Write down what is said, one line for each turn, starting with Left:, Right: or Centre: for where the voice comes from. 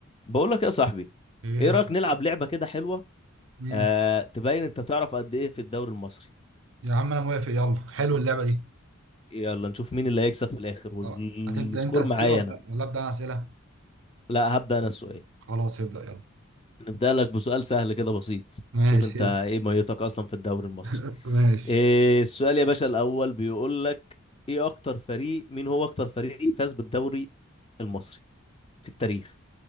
Left: بقول لك يا صاحبي
Right: ايه
Left: ايه رايك نلعب لعبه كده حلوه
Right: مم.
Left: آه تبين انت تعرف قد ايه في الدوري المصري
Right: يا عم انا موافق يلا حلو اللعبه دي
Left: يلا نشوف مين اللي هيكسب في الاخر والسكور
Right: آه، هتبدا انت اسئله
Left: معايا
Right: ولا
Left: انا
Right: لأ؟ ولا ابدا انا اسئله
Left: لا هبدا انا السؤال
Right: خلاص ابدا يلا
Left: نبدا لك بسؤال سهل كده بسيط
Right: ماشي
Left: شوف انت ايه ميتك اصلا في الدوري المصري
Right: <laughs> ماشي
Left: إيه السؤال يا باشا الاول بيقول لك ايه اكتر فريق مين هو اكتر فريق فاز بالدوري المصري في التاريخ